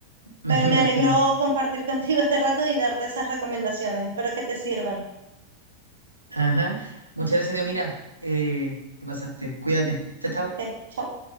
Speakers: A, on the right; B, on the right.
A: Me
B: pero me
A: imagino.
B: alegró compartir contigo este rato y darte esas recomendaciones. Espero que te sirvan.
A: Ajá. Muchas gracias, Dios, mira, eh, te pasaste. Cuídate. Chao, chao.
B: Ok, chao.